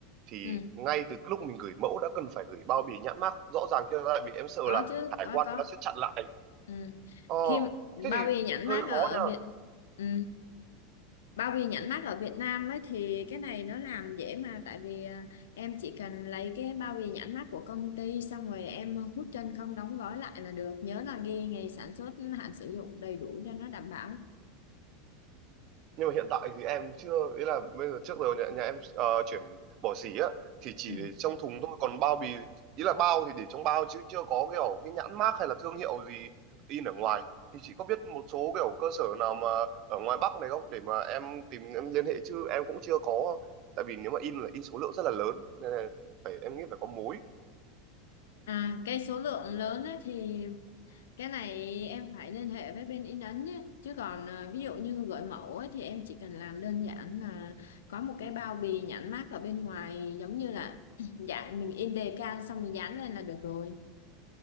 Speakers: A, on the right; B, on the left.
A: thì
B: ừ.
A: ngay từ cái lúc mình gửi mẫu đã cần phải gửi bao bì nhãn mác rõ ràng chưa tại vì em sợ
B: có
A: là
B: chứ
A: hải
B: có
A: quan
B: có
A: nó sẽ chặn lại.
B: ừ.
A: Ờ,
B: khi
A: thế
B: bao
A: thì
B: bì nhãn
A: hơi
B: mác
A: khó
B: ở
A: nha.
B: Việt ừ. bao bì nhãn mác ở Việt Nam ấy thì cái này nó làm dễ mà tại vì à, em chỉ cần lấy cái bao bì nhãn mác của công ty xong rồi em hút chân không đóng gói lại là được nhớ là ghi ngày sản xuất hạn sử dụng đầy đủ cho nó đảm bảo
A: nhưng mà hiện tại thì em chưa ý là bây giờ trước giờ nhà, nhà em ờ, chuyển bỏ xỉ á thì chỉ
B: Ừ.
A: để trong thùng thôi còn bao bì ý là bao thì để trong bao chứ chưa có kiểu cái nhãn mác hay là thương hiệu gì in ở ngoài thì chị có biết một số kiểu cơ sở nào mà ở ngoài Bắc này không để mà em tìm em liên hệ chứ em cũng chưa có tại vì nếu mà in là in số lượng rất là lớn nên là phải em nghĩ phải có mối
B: À, cái số lượng lớn ấy thì cái này em phải liên hệ với bên in ấn ấy. chứ còn à, ví dụ như gửi mẫu ấy, thì em chỉ cần làm đơn giản là có một cái bao bì nhãn mác ở bên ngoài giống như là <clears throat> dạng mình in đề can xong mình dán lên là được rồi